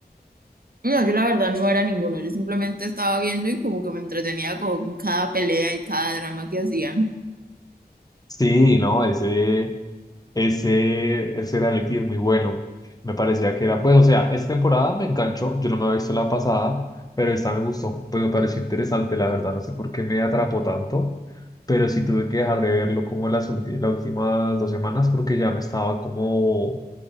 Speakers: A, on the right (about 60°); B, on the left (about 20°).
A: No, yo la verdad no era ninguno, yo simplemente estaba viendo y como que me entretenía con cada pelea y cada drama que hacían.
B: Sí, no, ese... Ese, ese reality es muy bueno. Me parecía que era, pues, o sea, esta temporada me enganchó. Yo no me había visto la pasada, pero esta me gustó. Pues me pareció interesante, la verdad. No sé por qué me atrapó tanto, pero sí tuve que dejar de verlo como las, ulti- las últimas dos semanas porque ya me estaba como,